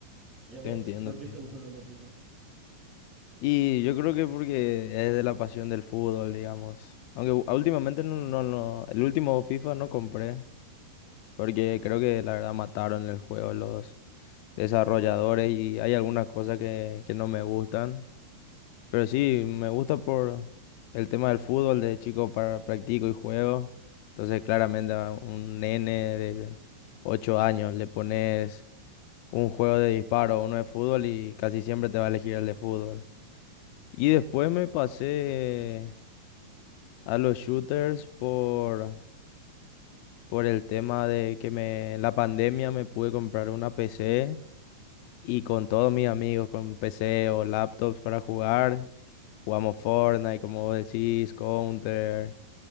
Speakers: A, on the right; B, on the left.
A: ¿Y a vos,
B: Entiendo,
A: por
B: entiendo.
A: qué te gusta tanto FIFA?
B: Y yo creo que porque es de la pasión del fútbol, digamos. Aunque u- últimamente no, no, no, el último FIFA no compré. Porque creo que la verdad mataron el juego los desarrolladores y hay algunas cosas que, que no me gustan. Pero sí, me gusta por el tema del fútbol, de chico para, practico y juego. Entonces claramente a un nene de 8 años le pones un juego de disparo, uno de fútbol y casi siempre te va a elegir el de fútbol. Y después me pasé a los shooters por, por el tema de que me, en la pandemia me pude comprar una PC. Y con todos mis amigos, con PC o laptops para jugar, jugamos Fortnite, como vos decís, Counter.